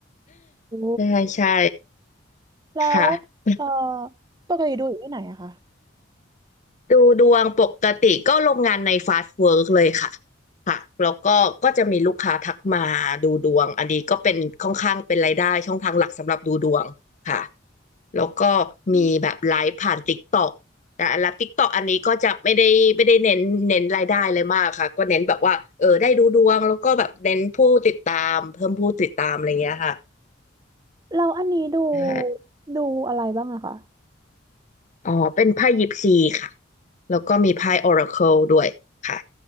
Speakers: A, on the right; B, on the left.
A: <laughs> โอ้
B: ใช่ใช่
A: แล้ว
B: ค่ะ
A: เอ่อปกติดูอยู่ที่ไหนอะคะ
B: ดูดวงปกติก็โรงงานในฟาสต์เวิร์กเลยค่ะค่ะแล้วก็ก็จะมีลูกค้าทักมาดูดวงอันนี้ก็เป็นค่อนข้างเป็นรายได้ช่องทางหลักสำหรับดูดวงค่ะแล้วก็
A: อืม
B: มีแบบไลฟ์ผ่าน t ิ k กต k อนะแล้วติ๊กตอกอันนี้ก็จะไม่ได้ไม่ได้เน้นเน้นรายได้เลยมากค่ะก็เน้นแบบว่าเออได้ดูดวงแล้วก็แบบเน้นผู้ติดตามเพิ่มผู้ติดตามอะไรเงี้ยค่ะ
A: แล้วอันนี้ดู
B: ใช่
A: ดูอะไรบ้างอะคะ
B: อ๋อเป็นไพ่ยิปซีค่ะแล้วก็มีไพ่ออราเคิลด้วยค่ะ